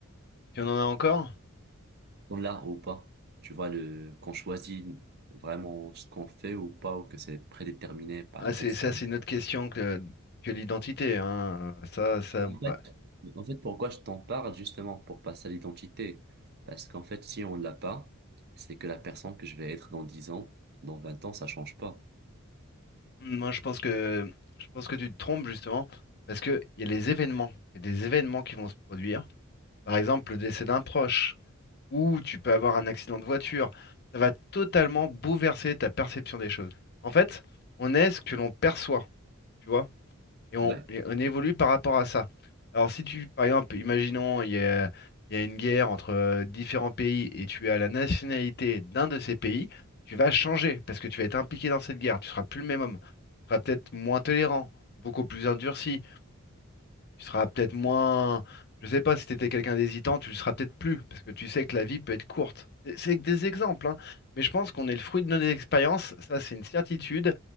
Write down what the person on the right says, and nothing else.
On l'a ou pas. Tu vois, le, qu'on choisit vraiment ce qu'on fait ou pas, ou que c'est prédéterminé par
les
experts.
En fait,
en fait, pourquoi je t'en parle, justement, pour passer à l'identité. Parce qu'en fait, si on l'a pas, c'est que la personne que je vais être dans 10 ans, dans 20 ans, ça change pas.
Ouais.